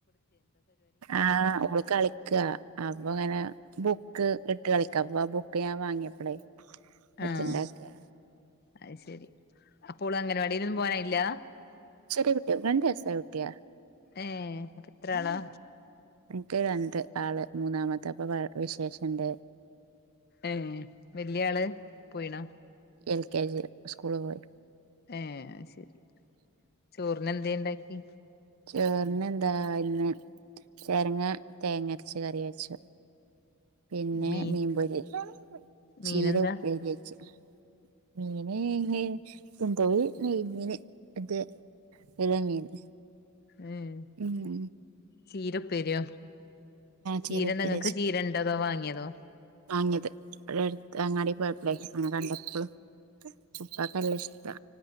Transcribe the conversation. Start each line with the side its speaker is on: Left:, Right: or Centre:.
Right: ആഹ് ഓള് കളിക്കാ അപ്പ്ങ്ങനെ ബുക്ക് ഇട്ട് കളിക്കാ ആ ബുക്ക് ഞാ വാങ്യേപ്പളേ ഒച്ചണ്ടാക്കാ
Left: ആഹ് അത് ശരി അപ്പോള് അംഗൻവാടിയിലൊന്നും പോവാനായില്ല
Right: ചെറ്യേ കുട്ട്യാ രണ്ട് വയസായ കുട്ട്യാ
Left: ഏ എത്രാളാ
Right: ക്ക് രണ്ട് ആള് മൂന്നാമത്തെപ്പ വ വിശേഷണ്ട്.
Left: ഏ വല്ല്യേ ആള് പോയീണാ
Right: എൽ കെ ജീല് സ്കൂള് പോയി
Left: ഏ ശെരി ചോറിനെന്ത്യേണ്ടാക്കി
Right: ചോറിനെന്താ ഇന്ന് ചേരങ്ങ തേങ്ങര്ച്ച് കറി വെച്ചു. പിന്നെ
Left: മീൻ
Right: മീം പൊരി,
Left: മീനെന്താ
Right: ചീര പ്പേര്യേച്ചു. മീന് നെയ് എന്തോ നെയ് മീന് ഇത് വിര മീന്
Left: ഉം
Right: മ്
Left: ചീര ഉപ്പേര്യോ ചീര
Right: ചീരപ്പേരി
Left: നിങ്ങക്ക് ചീര ണ്ടതോ വാങ്യേതോ
Right: വാങ്യേത് ഇക്ക അങ്ങാടി പോയപ്പളേ കണ്ടപ്പോ വാങ്യേത് ഉപ്പാക്കല്ലേഷ്ട്ടാ